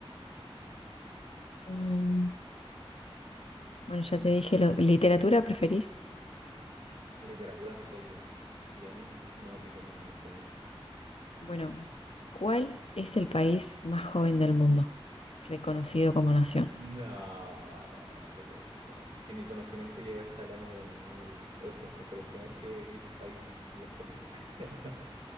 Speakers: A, on the left; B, on the right.
A: mm, bueno, ya te dije, lo, ¿literatura preferís?
B: Literatura soy bien neófito, no, no sé mucho.
A: Bueno, ¿cuál es el país más joven del mundo, reconocido como nación?
B: No, no puede ser. Que mi conocimiento llega hasta el año 2008, que fue la última vez que vi países en la escuela. <laughs>